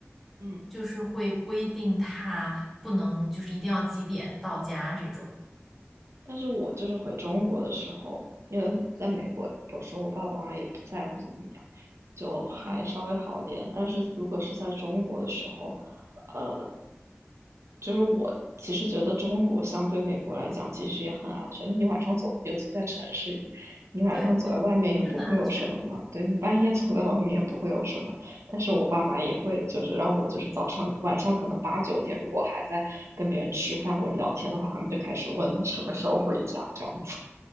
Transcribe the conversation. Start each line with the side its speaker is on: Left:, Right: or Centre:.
Right: 嗯，
Centre: 就是会规定她不能就是一定要几点到家这种。
Right: 但是我就是回中国的时候，因为在美国有时候我爸爸妈妈也不在或者怎么样，
Centre: 嗯
Right: 就还稍微好点。
Centre: 嗯，
Right: 但是如果是在中国的时候，呃，就是我其实觉得中国相对美国来讲，其实也很安全。你晚上走，尤其在城市里，你晚上走在外面也不会有什么嘛。
Centre: 对，对，是很安全。
Right: 对你半夜走在外面也不会有什么。
Centre: 对，
Right: 但是我爸妈也会就是让我就是早上晚上可能八九点，如果还在跟别人吃饭或者聊天的话，他们就开始问什么时候回家这样子，